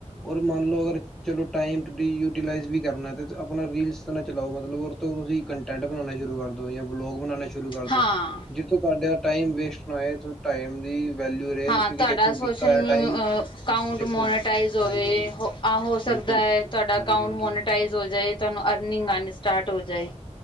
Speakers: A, in the centre; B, on the left.
A: ਔਰ ਮੰਨ ਲਓ ਅਗਰ। ਚਲੋ ਟਾਈਮ ਯੂਟੀਲਾਈਜ਼ ਵੀ ਕਰਨਾ, ਆਪਣਾ ਰੀਲਸ ਨਾ ਚਲਾਓ ਮਤਲਬ ਓਦੇ ਤੋ ਤੁਸੀਂ ਕੰਟੈਂਟ ਬਣਾਣਾ ਸ਼ੁਰੂ ਕਰ ਦੋ, ਜਾਂ ਵਲੋਗ ਬਣਾਣਾ ਸ਼ੁਰੂ ਕਰ ਦੋ
B: ਹਾਂ
A: ਜ-' ਤੁਹਾਡਾ ਟਾਈਮ ਵੇਸਟ ਨਾ ਹੋਏ ਟਾਈਮ ਦੀ, ਵੈਲਿਊ ਰਹੇ
B: ਹਾਂ
A: ਕਿਉਂਕਿ
B: ਤੁਹਾਡਾ
A: ਦੇਖੋ ਬੀਤਾ
B: ਸੋਸ਼ਲ
A: ਹੋਇਆ ਟਾਈਮ
B: ਅਕਾਊਂਟ
A: ਦੇਖੋ
B: ਮੋਨੋਟਾਈਸ ਹੋਵੇ।
A: ਹਾਂਜੀ ਹਾਂਜੀ
B: ਆਹ ਹੋ ਸਕਦਾ
A: ਬਿਲਕੁਲ
B: ਹੈ, ਤੁਹਾਡਾ
A: ਹਾਂਜੀ
B: ਅਕਾਊਂਟ
A: ਹਾਂਜੀ
B: ਮੋਨਟਾਈਜ਼ ਹੋ ਜਾਏ, ਤੁਹਾਨੂੰ ਅਰਨਿੰਗ ਆਣੀ ਸਟਾਰਟ ਹੋ ਜਾਏ।